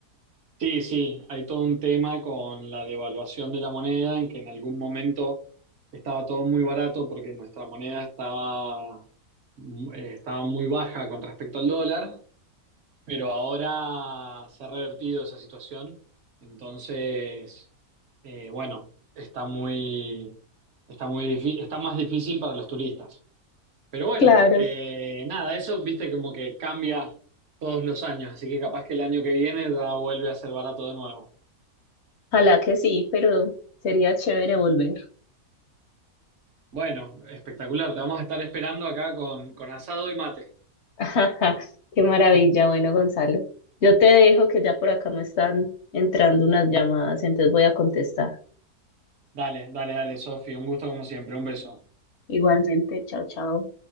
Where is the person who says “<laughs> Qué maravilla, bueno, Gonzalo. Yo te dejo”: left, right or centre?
Left